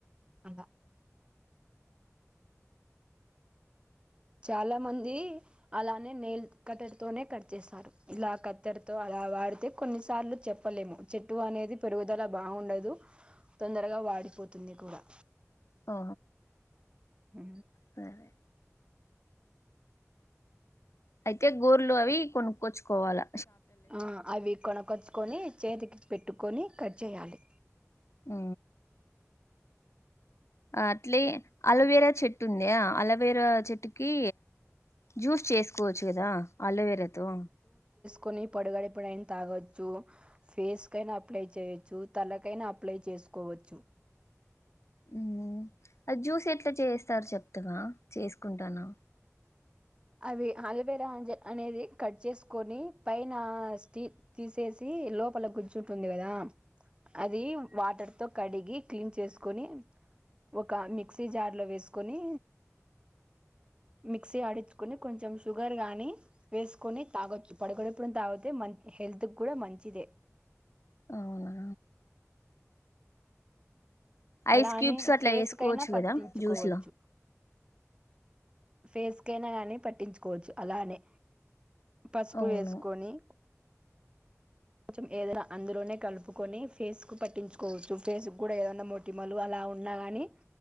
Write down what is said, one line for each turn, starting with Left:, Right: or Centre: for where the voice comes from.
Right: అ చాలా మంది అలానే నేలు కట్టడితోనే కట్ చేసారు ఇలా కత్తెడితో అలా వాడితే కొన్నిసార్లు చెప్పలేము చెట్టు అనేది పెరుగుదల బాగుండదు తొందరగా వాడిపోతుంది కూడా
Left: ఆ
Right: ఆ
Left: సరే అయితే గోర్లు అవి కొనుక్కచ్చుకోవాలా
Right: ఆ అవి కొనకొచ్చుకొని చేతికి పెట్టు కొని కట్ చేయాలి
Left: మ్ అట్లే అలోవేరా చెట్టు ఉందియా అలోవేరా చెట్టుకి జ్యూస్ చేసుకో పో వచ్చు కదా అలోవేరాతో
Right: కొన్ని పడుగడి పడిన తాగవచ్చు ఫేస్ కైనా అప్లై చేయొచ్చు తలకైనా అప్లై చేసుకోవచ్చు.
Left: ఉ అది జ్యూస్ ఎట్లా చేస్తారు చెప్తవా చేసుకుంటానా
Right: అవి అలోవేరాంజ అనేది కట్ చేసుకొని పైన స్టీల్ తీసేసి లోపల గుర్చుంటుంది కదా అది వాటర్ తో కడిగి క్లీన్ చేసుకొని ఒక మిక్సీ జార్ లో వేసుకొని మిక్సీ ఆడి కొంచెం షుగర్ గానీ వేసుకొని తాగొచ్చు పడుకునప్పుడు తాగితే మ హెల్త్ కూడా మంచిదే
Left: అవునా
Right: అలానే
Left: ఐస్ క్యూబ్స్ అట్లా
Right: ఫేస్
Left: వేసుకోవచ్చు
Right: కైనా పట్టించుకోవచ్చు
Left: కదా జ్యూస్ లో
Right: ఫేస్ కేన్గాని పట్టించుకోవచ్చు అలానే పసుపు
Left: అవును
Right: వేసుకొని కొంచెం ఏదైనా అందులోనే కలుపుకొని ఫేస్ కు పట్టించుకోవచ్చు ఫేస్ కూడా ఏదన్నా మొటిమలు అలా ఉన్నా కాని